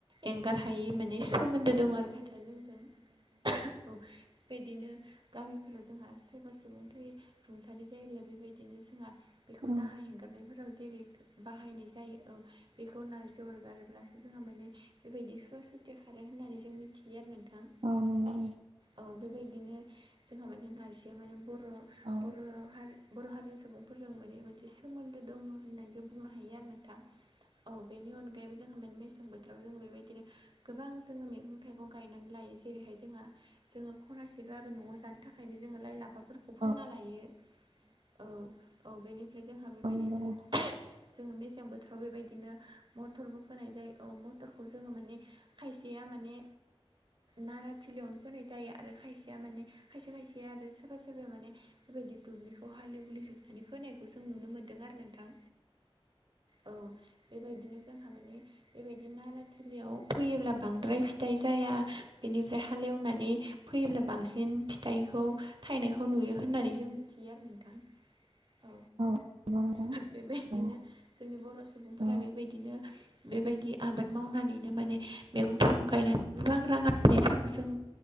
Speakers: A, on the right; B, on the right.
A: एंगार हायि माने सोमोन्दो दं आरो फाथोआ जोंजों औ बेबायदिनो गामिफोराव जोंहा सोरबा सुबुं रुंसारि जायोब्ला बेबायदिनो जोंहा बेखौ
B: औ
A: दाहा हेगारनाय जेरै बाहायनाय जायो औ बेखौ नारजि अगारब्लासो जोंहा माने बेबायदि सुवा सुथे खारो होननानै जों मिथियो आरो नोंथां
B: औ नंगौ
A: औ बेबायदिनो जोंहा माने नारजि माने बर'
B: औ
A: बर' हार बर' हारिनि सुबुंफोरजों माने मोनसे सोमोन्दो दङ होननानै जों बुंनो हायो आरो नोंथां। औ बेनि अनगायैबो जोंहा माने मेसें बोथोराव जोङो बेबायदिनो गोबां जोङो मैगं थाइगं गायनानै लायो जेरैहाय जोङो जोङो खनासेब्लाबो न'आव जानो थाखायनो जोङो लाइ लाफाफोरखौ फोना
B: औ
A: लायो। औ औ बेनिफ्राय जोंहा बेबायदिनो
B: औ नंगौ नोंथां
A: जोङो मेसें बोथोराव बेबायदिनो मटरबो फोनाय जायो औ मटरखौ जोङो माने खायसेया माने नाराथिलियावनो फोनाय जायो आरो खायसेया माने खायसे खायसेया आरो सोरबा सोरबा माने बेबायायदि दुब्लिखौ हालेवलि जोबनानै फोनायखौ जों नुनो मोन्दों आरो नोंथां। औ बेबायदिनो जोंहा माने बेबायदि नाराथिलियाव फैयोब्ला बांद्राय फि फिथाइ जाया बेनिफ्राय हालेवनानै फैयोब्ला बांसिन फिथाइखौ थायनायखौ नुयो होननानै जों मिथियो आरो नोंथां। औ
B: औ नंगौ नोंथां
A: बेबायदिनो
B: औ
A: जोंनि बर' सुबुंफोरा
B: औ
A: बेबायदिनो बेबायदि आबाद मावनानैनो माने मैगं थाइगं गायनानै गोबां रां आरजिनायफोरखौ जों